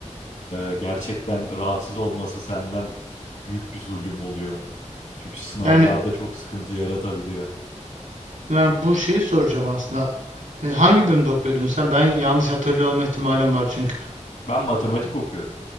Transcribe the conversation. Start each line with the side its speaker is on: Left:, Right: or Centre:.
Left: e, gerçekten rahatsız olması senden büyük bir zulüm oluyor. Çünkü sınavlarda
Right: Yani
Left: çok sıkıntı yaratabiliyor.
Right: Ben bu şeyi soracağım aslında. E, hangi bölümde okuyordun sen? Ben yanlış hatırlıyor olma ihtimalim var çünkü.
Left: Ben matematik okuyorum.